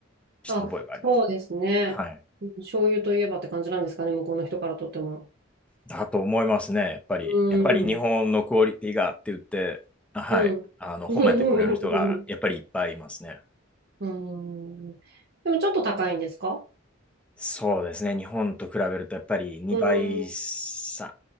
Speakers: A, in the centre; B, on the right.
A: した覚えがあります。
B: あ、そうですね。
A: はい。
B: 醤油といえばって感じなんですかね、向こうの人からとっても。
A: だと思いますね。やっぱり、
B: うん。
A: やっぱり日本のクオリティがって言って、はい。
B: うん。
A: あの、
B: <laughs>
A: 褒めてくれる人がやっぱりいっぱいいますね。
B: うん。でもちょっと高いんですか
A: そうですね。日本と比べると、やっぱり2倍、
B: う
A: さ
B: ん。